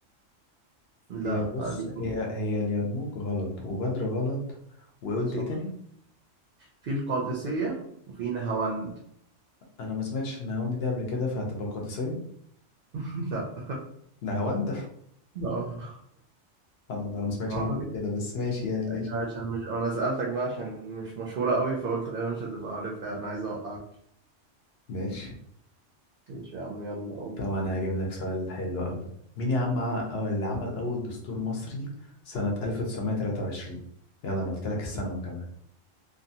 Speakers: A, on the right; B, on the left.
A: لا
B: هي بص
A: آه، ليك
B: هي هي اليرموك غلط وبدر غلط وقلت
A: صح
B: ايه تاني
A: في القادسية وفي نهاوند
B: انا ما سمعتش النهاوند دي قبل كده فهتبقى القادسية
A: <laughs> لا
B: نهاوند <laughs>
A: اه
B: انا انا ما سمعتش
A: معركة
B: عنها قبل كده بس ماشي يعني ماشي
A: أيوة عشان مش أنا سألتك بقى عشان مش مشهورة قوي فقلت غالبا مش هتبقى عارفها أنا عايز أوقعك
B: ماشي
A: ماشي يا عم يلا قوم
B: طب انا هجيب لك سؤال حلو قوي مين يا عم ع- او اللي عمل اول دستور مصري سنة 1923 يلا انا قلت لك السنة وكمان